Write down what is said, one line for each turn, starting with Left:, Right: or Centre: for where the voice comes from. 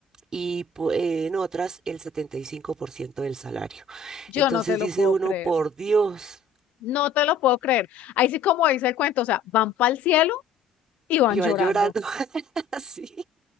Right: Y pu- eh, en otras el 75% del salario.
Left: yo
Right: Entonces
Left: no te lo
Right: dice
Left: puedo
Right: uno,
Left: creer.
Right: por Dios.
Left: No te lo puedo creer. Ahí sí, como dice el cuento, o sea, van para el cielo y van
Right: Iban
Left: llorando.
Right: llorando <laughs> así.